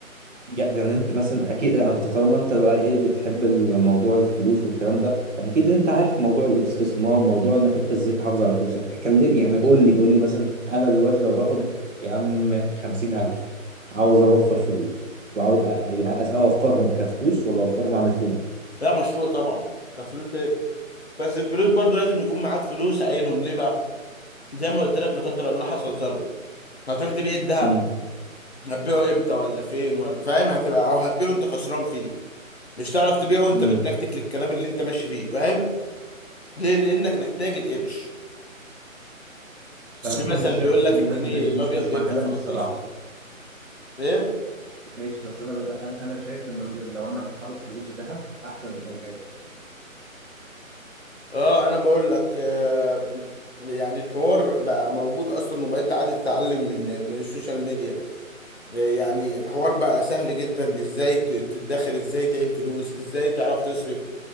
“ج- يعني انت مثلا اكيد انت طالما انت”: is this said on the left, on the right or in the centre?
Right